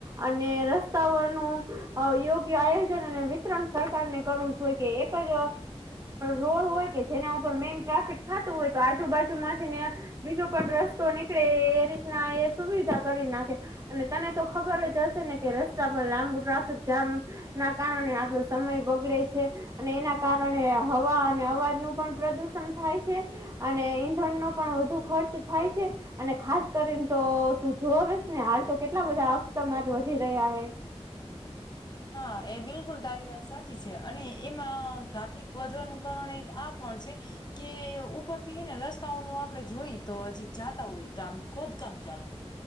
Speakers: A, on the right; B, on the left.
A: અને રસ્તાઓ નું યોગ્ય આયોજન અને વિતરણ સરકારને કરું. હોય કે એક જ રોડ હોય કે જેના ઉપર મેઈન ટ્રાફિક થતું હોય તો આજે. આજુ બાજુ માંથી ને બીજો પણ રસ્તો નીકળે એ રીતના એ સુવિધા કરી નાખે. અને તને તો ખબર જ હશે ને કે રસ્તા પર લાંબુ ટ્રાફિક જામ. ના કારણે આપણો સમય બગડે છે. અને એના કારણે હવા અને અવાજ નું પણ પ્રદુષણ થાય છે. અને ઈંધણનો પણ વધુ ખર્ચ થાય છે. અને ખાસ કરીને તો તું જોવેસે ને હાલ તો કેટલા બધા અકસ્માત વધી રહ્યા હૈ.
B: હા એ બિલકુલ તારી વાત સાચી છે અને એમાં ટ્રાફિક વધવાનું કારણ એક આ પણ છે. કે ઉપરથી હે ને રસ્તાઓનું આપડે જોઈ તો હજી જાતા હોય તો આમ ખોદકામ ચાલુ હોય.